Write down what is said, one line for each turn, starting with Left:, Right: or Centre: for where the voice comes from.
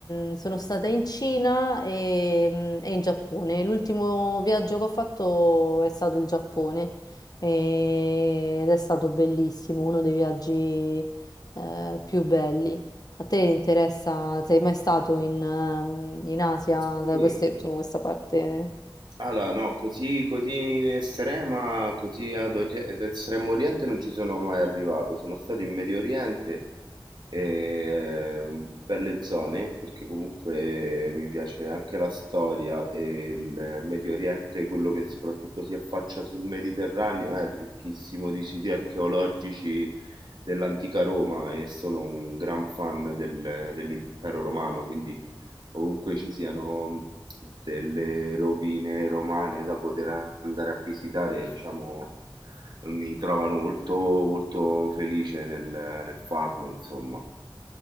Left: mh, sono stata in Cina e, mh, e in Giappone. L'ultimo viaggio che ho fatto è stato il Giappone e- ed è stato bellissimo, uno dei viaggi eh, più belli. A te interessa, sei mai stato in, ehm, in Asia,
Right: Sì,
Left: da queste- insomma, questa parte?
Right: Allora, no, così, così in estrema, così ad, ori- ad Estremo Oriente non ci sono mai arrivato. Sono stato in Medio Oriente, ehm, belle zone, perché comunque mi piace anche la storia e il Medio Oriente, quello che soprattutto si affaccia sul Mediterraneo, è ricchissimo di siti archeologici dell'antica Roma e sono un gran fan del- dell'impero romano, quindi ovunque ci siano delle rovine romane da poter andare a visitare, diciamo, mi trovano molto, molto felice nel, nel farlo, insomma.